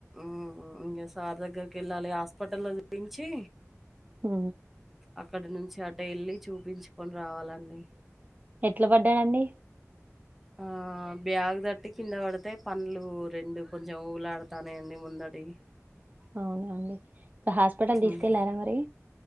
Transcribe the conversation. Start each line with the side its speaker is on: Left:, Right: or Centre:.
Centre: మ్ హు ఇంకా సార్ దగ్గరకి వెళ్ళాలి హాస్పిటలో చూయించి
Right: ఉ
Centre: అక్కడ నుంచి అట వెళ్ళి చూపించుకొని రావాలండి
Right: ఎట్లా పడ్డాడండి
Centre: ఆ బ్యాగు్ తట్టి కింద పడితే పండ్లు రెండు కొంచెం ఊగుల త్తనాయండి అండి ముందటి
Right: అవున అండి హాస్పిటల్
Centre: హ్మ్.
Right: తీసుకెళ్ళారా మరి